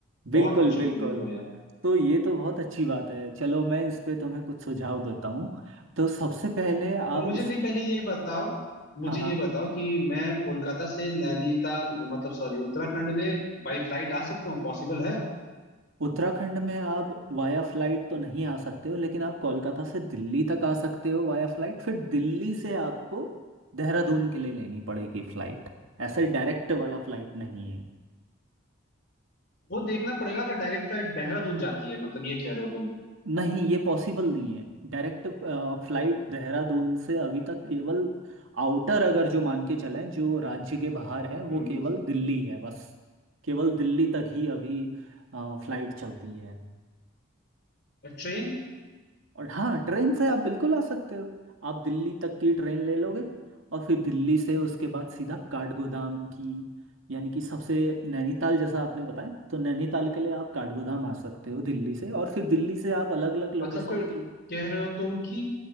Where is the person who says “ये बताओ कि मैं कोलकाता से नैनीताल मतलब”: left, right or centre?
Left